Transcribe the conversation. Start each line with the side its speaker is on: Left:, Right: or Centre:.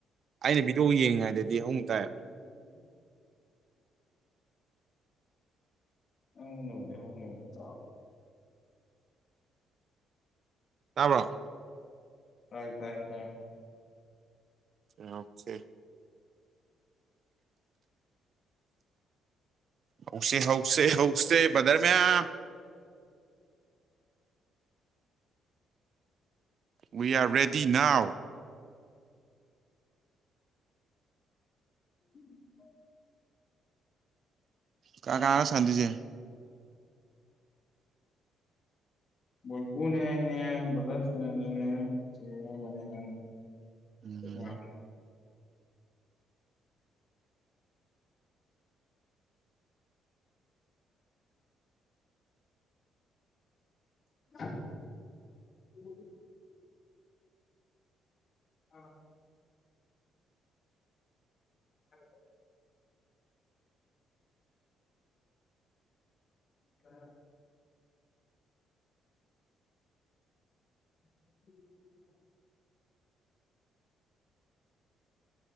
Right: ꯑꯩꯅ ꯕꯤꯗꯤꯑꯣ ꯌꯦꯡꯉꯩꯗꯗꯤ ꯍꯧꯅ ꯇꯥꯏ
Left: <inaudible> ꯑꯩꯉꯣꯟꯗꯥꯕꯨꯗꯤ ꯍꯧꯅꯕꯨꯗꯤ ꯇꯥꯕ
Right: ꯇꯥꯕ꯭ꯔꯣ
Left: ꯇꯥꯏ ꯇꯥꯏ ꯇꯥꯏ
Right: ꯑꯣꯀꯦ ꯍꯧꯁꯦ ꯍꯧꯁꯦ ꯍꯧꯁꯦ ꯕꯥꯗ꯭ꯔ ꯃꯌꯥꯝ ꯋꯤ ꯑꯔ ꯔꯦꯗꯤ ꯅꯥꯎ
Left: <unintelligible>
Right: ꯀꯥꯅ ꯀꯥꯅꯅꫭ ꯁꯥꯟꯅꯗꯨꯏꯁꯦ
Left: ꯃꫭꯏꯀꯨꯅꯦ ꯑꯩꯅꯦ ꯕꯥꯗ꯭ꯔ ꯁꫭꯅꯥꯟꯖꯤꯠꯅꯦ ꯆꯤꯡꯂꯦꯝꯕꯅꯦ ꯅꯪꯅꯦ <unintelligible>
Right: ꯎꯝ
Left: <unintelligible> ꯑꯥ <unintelligible> <unintelligible> <unintelligible>